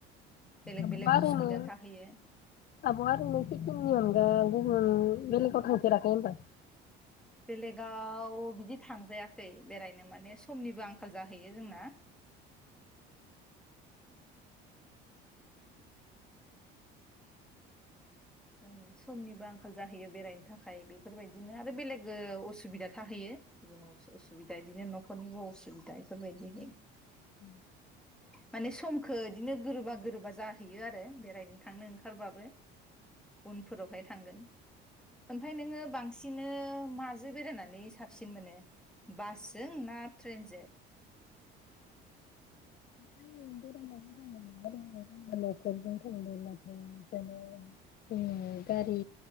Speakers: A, in the centre; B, on the left.
A: बेलेग
B: आब'आ
A: बेलेग
B: ओरैनो
A: असुबिदा थाहैयो
B: आब'आ ओरैनो <unintelligible> अनगाय गुबुन बेलेगाव थांफेराखै ओमबा
A: बेलेगाव बिदि थांजाया खै बेरायनो माने स समनिबो आंखाल जाहैयो जोंना ओ समनिबो आंखाल जाहैयो बेरायनो थाखाय बेफोरबायदिनो आरो बेलेग ओ असुबिदा थाहैयो गुबुनाव असुबिदा बिदिनो न'खरनिबो असुबिदा बेफोरबायदिहै
B: <unintelligible>
A: माने समखो इदिनो गोरोबा गोरोबा जाहैयो आरो बेरायनो थांनो ओंखारबाबो उनफोरावहाय थांगोन। ओमफ्राय नोङो बांसिन <unintelligible> माजो बेरायनानै साबसिन मोनो बासजों ना ट्रेनजो?
B: आङो बेरायना मोजां मोनो <unintelligible> जोङो गारि